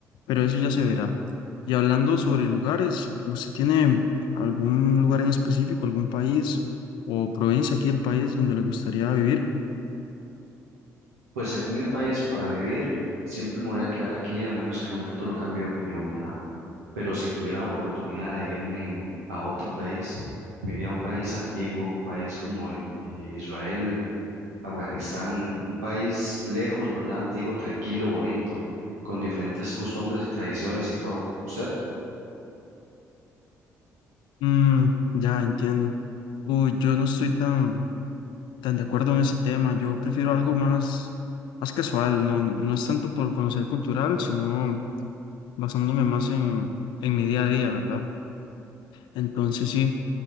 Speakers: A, on the left; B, on the right.
A: pero eso ya se verá. Y hablando sobre lugares, ¿usted tiene algún lugar en específico, algún país o provincia aquí del país donde le gustaría vivir?
B: Pues aquí en el país, para vivir, siempre me voy a quedar aquí a menos que en un futuro cambie de opinión, ¿verdad? Pero si tuviera la oportunidad de irme a otro país, me iría a un país antiguo, un país como eh, Israel, Afganistán, un país lejos, ¿verdad? Antiguo, tranquilo, bonito, con diferentes costumbres y tradiciones y todo. ¿Usted?
A: Mm, ya entiendo. Uy, yo no estoy tan, tan de acuerdo en ese tema. Yo prefiero algo más, más casual. No, no es tanto por conocer cultural, sino basándome más en, en mi día a día, ¿verdad? Entonces sí,